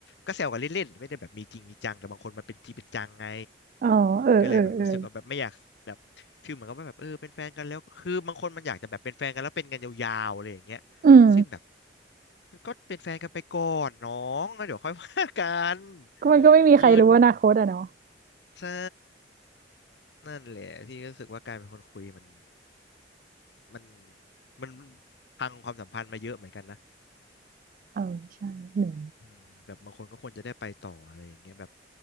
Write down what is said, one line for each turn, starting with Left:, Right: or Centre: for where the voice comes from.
Left: ก็แซวกันเล่นๆไม่ได้แบบมีจริงมีจังแต่บางคนมันเป็นจริงเป็นจังไง
Right: อ๋อเออเออเออ
Left: ก็เลยแบบรู้สึกว่าแบบไม่อยากแบบฟีลเหมือนกับว่าแบบเออเป็นแฟนกันแล้วคือบางคนมันอยากจะแบบเป็นแฟนกันแล้วเป็นกันยาวๆอะไรอย่างเงี้ย
Right: อืม
Left: ซึ่งแบบมันก็เป็นแฟนกันไปก่อนน้องแล้วเดี๋ยวค่อยว่ากัน
Right: ก็มันก็ไม่มีใครรู้อนาคตอะเนาะ
Left: คือใช่นั่นแหละพี่ก็รู้สึกว่าการเป็นคนคุยมัน มันมันพังความสัมพันธ์มาเยอะเหมือนกันนะ
Right: เออใช่หนู
Left: อืมแบบบางคนก็ควรจะได้ไปต่ออะไรอย่างเงี้ยแบบ